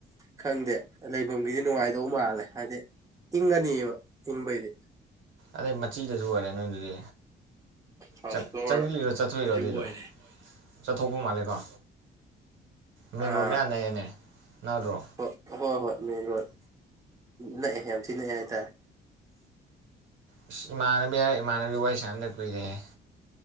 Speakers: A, on the right (about 15°); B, on the right (about 80°).
A: ꯈꯪꯗꯦ ꯂꯩꯕꯝꯒꯤꯗꯤ ꯅꯨꯡꯉꯥꯏꯗꯧ ꯃꯥꯜꯂꯦ ꯍꯥꯏꯗꯤ ꯏꯪꯉꯅꯤꯕ ꯏꯪꯕꯩꯗꯤ
B: ꯑꯗꯩ ꯃꯆꯤꯗꯖꯨ ꯑꯣꯏꯔꯦ ꯅꯣꯏ ꯌꯨꯝꯗꯨꯗꯤ
A: ꯐꯥꯔꯁ
B: ꯆꯪ
A: ꯐ꯭ꯂꯣꯔ
B: ꯆꯪꯂꯤꯔꯣ ꯆꯠꯇꯣꯏꯔꯣ
A: ꯁꯤꯁꯨ
B: ꯑꯗꯨꯏꯗꯣ
A: ꯑꯣꯏꯔꯦ
B: ꯆꯠꯊꯣꯛꯄ ꯃꯥꯜꯂꯦꯀꯣ ꯃꯦꯟ
A: ꯑꯥ
B: ꯔꯣꯠ ꯃꯌꯥ ꯅꯛꯑꯦꯅꯦ ꯅꯠꯗ꯭ꯔꯣ
A: ꯍꯣꯏ ꯍꯣꯏ ꯍꯣꯏ ꯃꯦꯟ ꯔꯣꯠ ꯅꯛꯑꯦ ꯌꯥꯝ ꯊꯤ ꯅꯛꯑꯦ ꯍꯥꯏꯇꯥꯔꯦ
B: ꯑꯁ ꯏꯃꯥꯟꯅꯕꯤ ꯍꯥꯏꯔ ꯏꯃꯥꯟꯅꯕꯤ ꯋꯥꯔꯤ ꯁꯥꯟꯅꯗ ꯀꯨꯏꯔꯦꯍꯦ